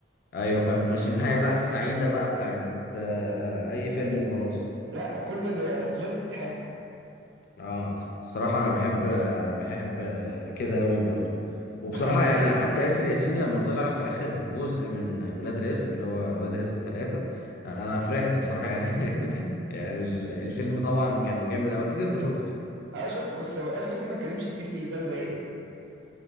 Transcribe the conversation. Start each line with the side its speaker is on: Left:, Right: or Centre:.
Left: ايوه فاهم مش النهايه بقى السعيده بقى بتاعت آه، اي فيلم وخلاص
Right: لا كل اللي غلط اتحاسب
Left: اه الصراحه انا بحب آه، بحب آه، كده قوي برضو وبصراحه
Right: والألعاب.
Left: يعني حتى ياسر ياسين لما طلع في اخر جزء من ولاد رزق اللي هو ولاد رزق ثلاثة انا فرحت بصراحه يعني <laughs> يعني ال- الفيلم طبعا كان جامد أوي اكيد انت شفته
Right: انا شفته بس هو اسر ياسين ما اتكلمش كتير فيه ده اللي ضايقني